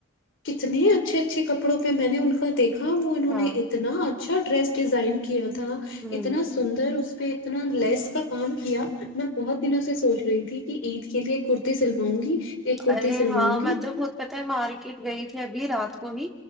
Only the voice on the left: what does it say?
کتنے اچھے اچھے کپڑوں پہ میں نے ان کا دیکھا ہاں وہ انہوں
نے اتنا چا ڈریس ڈیزائن کی تھا
اتنا سندر اس پہ اتنا لیس کا کام کیا میں بہت دنوں سے سوچ رہی تھی کہ عید کے لیے کتی سلواؤں گی ایک کرتی
سلواؤں
گی